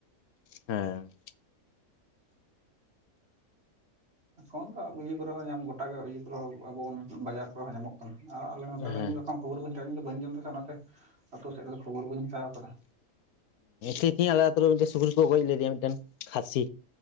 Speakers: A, on the left (about 85°); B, on the right (about 45°).
A: ᱦᱮᱸ
B: ᱮᱠᱷᱚᱱ ᱫᱚ ᱤᱭᱟᱹ ᱠᱚᱨᱮ ᱦᱚᱸ ᱧᱟᱢ ᱜᱚᱴᱟᱟᱜ ᱜᱮ ᱤᱭᱟᱹ ᱠᱚᱨᱮᱚᱸ ᱟᱵᱚ ᱵᱟᱡᱟᱨ ᱠᱚᱨᱮ ᱦᱚᱸ ᱧᱟᱢᱚᱜ ᱟᱨ ᱟᱞᱮ ᱱᱚᱛᱮ ᱫᱚ
A: ᱦᱮᱸ
B: ᱤᱧ ᱡᱚᱠᱷᱚᱱ ᱠᱷᱚᱵᱚᱨ ᱵᱟᱹᱧ ᱦᱟᱛᱟᱣᱼᱟ ᱤᱧ ᱫᱚ ᱵᱟᱹᱧ ᱡᱚᱢ ᱫᱟᱥᱮ ᱚᱱᱟᱛᱮ ᱟᱹᱛᱩᱳ ᱥᱮᱫ ᱫᱚ ᱠᱷᱚᱵᱚᱨ ᱵᱟᱹᱧ ᱦᱟᱛᱟᱣ ᱟᱠᱟᱫᱟ
A: ᱦᱮᱸ ᱛᱤᱦᱤ ᱟᱞᱮ ᱟᱛᱩ ᱨᱮ ᱢᱤᱫᱴᱮᱱ ᱥᱩᱠᱨᱤ ᱠᱚ ᱜᱚᱡ ᱞᱮᱫᱮᱭᱟ ᱢᱤᱫᱴᱮᱱ ᱠᱷᱟᱹᱥᱤ